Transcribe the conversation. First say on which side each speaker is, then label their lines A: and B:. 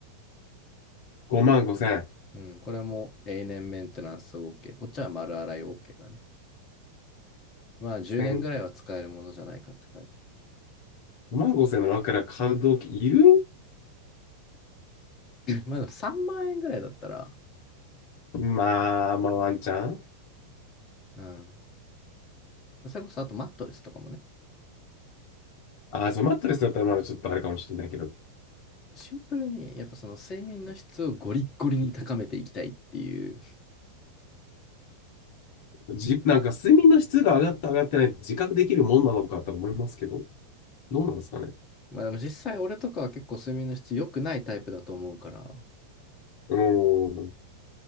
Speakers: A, on the left; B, on the left.
A: 5万5千円。
B: うん、これも永年メンテナンス OK。こっちは丸洗い OK だね。まあ10年ぐらいは使えるものじゃないかって書いてるか
A: 千5万5千の枕買う動機いる
B: ら。<laughs> まあでも3万円ぐらいだったら、
A: まあ、まあワンチャン。
B: うん。それこそあとマットレスとかもね。
A: ああ、そう、マットレスだったらまだちょっとあれかもしれないけど。
B: シンプルに、やっぱその睡眠の質をゴリッゴリに高めていきたいっていう
A: じ、なんか睡眠の質が上がった上がってないって自覚できるもんなのかと思いますけど、どうなんですかね。
B: まあでも実際俺とかは結構睡眠の質良くないタイプだと思うから、
A: うーん。